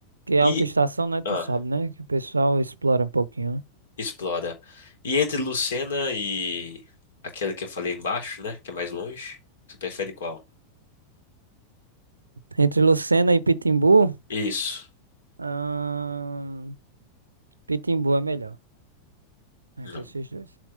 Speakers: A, on the right; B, on the left.
A: Que é
B: E.
A: alta estação, né? Tu
B: Ah,
A: sabe, né? Que o pessoal explora um pouquinho, né?
B: Explora. E entre Lucena e aquela que eu falei embaixo, né? Que é mais longe, você prefere qual?
A: Entre Lucena e Pitimbu,
B: Isso.
A: ahn, Pitimbu é melhor. Entre
B: Não.
A: esses dois.